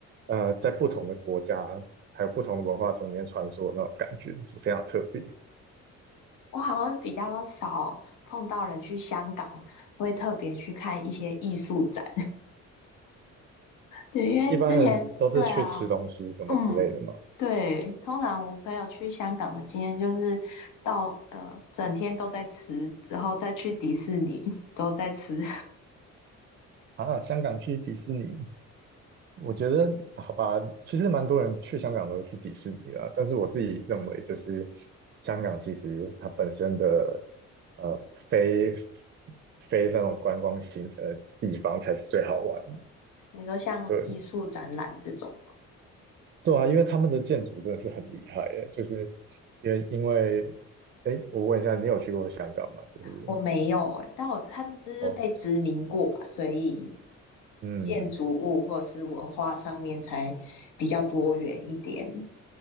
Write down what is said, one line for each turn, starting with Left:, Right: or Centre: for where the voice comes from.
Right: 呃，在不同的国家还有不同的文化中间穿梭的那种感觉，就非常特别。
Left: 我好像比较少碰到人去香港，会特别去看一些艺术展。<laughs> 对，因为之前对啊，
Right: 一般人都是去吃东西什么之类的嘛，
Left: 嗯，对，通常我朋友去香港的经验就是到呃，整天都在吃，之后再去迪士尼，之后再吃。
Right: 啊，香港去迪士尼，我觉得好吧，其实蛮多人去香港都会去迪士尼啦，但是我自己认为就是香港其实它本身的呃非非那种观光行程的地方才是最好玩
Left: <laughs> 你说像艺术展览这种。
Right: 的。对啊，因为他们的建筑真的是很厉害诶，就是因为因为，哎，我问一下，你有去过香港吗？就是
Left: 我没有诶、但我他们就是被殖民过吧，
Right: 哦，
Left: 所以
Right: 嗯，
Left: 建筑物或者是文化上面才比较多元一点。